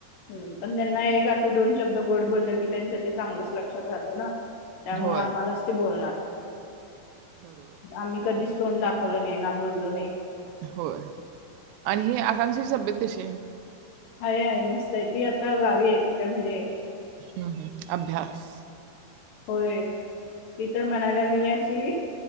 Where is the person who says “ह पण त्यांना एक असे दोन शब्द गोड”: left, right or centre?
Left